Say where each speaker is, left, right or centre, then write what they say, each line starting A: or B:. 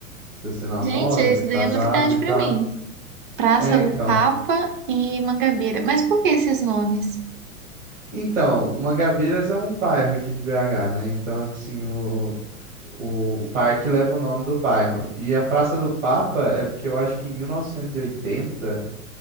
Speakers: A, on the right; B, on the right.
A: se você namora,
B: Gente, esse
A: se
B: daí
A: é casado
B: é novidade
A: e
B: pra
A: tal.
B: mim. Praça
A: É, então.
B: do Papa e Mangabeira. Mas por que esses nomes?
A: Então, Mangabeiras é um bairro aqui de BH, né? Então, assim, o, o parque leva o nome do bairro. E a Praça do Papa é porque eu acho que em 1980,